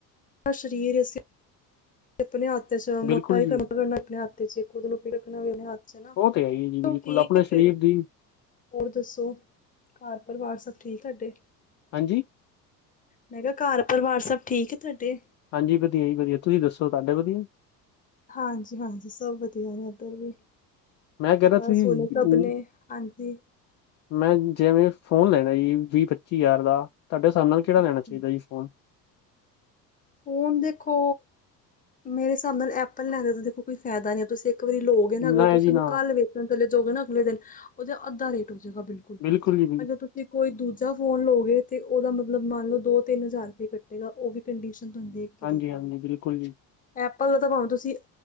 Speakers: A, on the left; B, on the left.
A: ਸਰੀਰ ਐ, ਅਸੀਂ ਆਪਣੇ ਹੱਥ ਚ ਮੋਟਾ
B: ਬਿਲਕੁਲ
A: ਹੀ
B: ਜੀ
A: ਕਣਕ ਕਰਨਾ ਆਪਣੇ ਹੱਥ ਤੇ ਜੇ ਖੁਦ ਨੂੰ ਪਿੜਕਣਾ ਵੀੇ ਆਪਣੇ ਹੱਥ ਚ ਹੈ ਨਾ,
B: ਉਹ ਤੇ ਹੀ ਹੈ ਜੀ ਬਿਲਕੁਲ
A: ਠੀਕ
B: ਆਪਣੇ
A: ਐ ਫਿਰ
B: ਸਰੀਰ ਦੀ
A: ਹੋਰ ਦੱਸੋ ਘਰ ਪਰਿਵਾਰ ਸਭ ਠੀਕ ਤੁਹਾਡੇ
B: ਹਾਂਜੀ
A: ਮੈਂ ਕਿਹਾ ਘਰ ਪਰਿਵਾਰ ਸਭ ਠੀਕ ਹੈ ਤੁਹਾਡੇ
B: ਹਾਂਜੀ ਵਧੀਆ ਜੀ ਵਧੀਆ ਤੁਸੀਂ ਦੱਸੋ ਤੁਹਾਡੇ ਵਧੀਆ
A: ਹਾਂਜੀ ਹਾਂਜੀ ਸਭ ਵਧੀਆ ਨੇ ਇੱਧਰ ਵੀ
B: ਮੈਂ ਕਹਿ ਰਿਹਾ
A: ਬਸ
B: ਤੁਸੀਂ
A: ਸੋਨੀਕਾ
B: ਅਮ,
A: ਆਪਣੇ ਨੇ ਹਾਂਜੀ
B: ਮੈਂ ਜਿਵੇਂ ਫ਼ੋਨ ਲੈਣਾ ਜੀ ਵੀਹ-ਪੱਚੀ ਹਜ਼ਾਰ ਦਾ ਤੁਹਾਡੇ ਹਿਸਾਬ ਨਾਲ ਕਿਹੜਾ
A: ਹਾਂਜੀ।
B: ਲੈਣਾ ਚਾਹੀਦਾ ਜੀ। ਫੋਨ
A: ਫੋਨ ਦੇਖੋ ਮੇਰੇ ਹਿਸਾਬ ਨਾਲ ਐਪਲ ਲੈਨ ਤਾਂ ਦੇਖੋ ਕੋਈ ਫਾਇਦਾ ਨੀ ਆ ਤੁਸੀਂ ਇੱਕ ਵਾਰੀ ਲੋ ਅਗਰ
B: ਨਾ
A: ਤੁਸੀਂ
B: ਜੀ
A: ਉਹਨੂੰ
B: ਨਾ
A: ਕੱਲ ਵੇਚਣ ਚਲੇ ਜੋਗੇ ਨਾ ਅਗਲੇ ਦਿਨ ਉਹਦੇ ਅੱਧਾ ਰੇਟ ਹੋ ਜੇਗਾ ਬਿਲ
B: ਬਿਲਕੁਲ ਜੀ ਬਿਲਕੁਲ
A: ਅਗਰ ਤੁਸੀਂ ਜੇ ਕੋਈ ਦੂਜਾ ਫੋਨ ਲੋਗੇ ਤੇ ਉਹਦਾ ਮਤਲਬ ਮੰਨ ਲਓ ਦੋ ਤਿੰਨ ਹਜ਼ਾਰ ਰੁਪਏ ਕੱਟੇਗਾ ਉਹ ਵੀ ਕੰਡੀਸ਼ਨ ਤੁ ਦੇਖ ਕੇ
B: ਹਾਂਜੀ
A: ਦੇਖੋ
B: ਹਾਂਜੀ ਬਿਲਕੁਲ ਜੀ
A: ਐਪਲ ਦਾ ਤਾਂ ਭਾਵੇਂ ਤੁਸੀਂ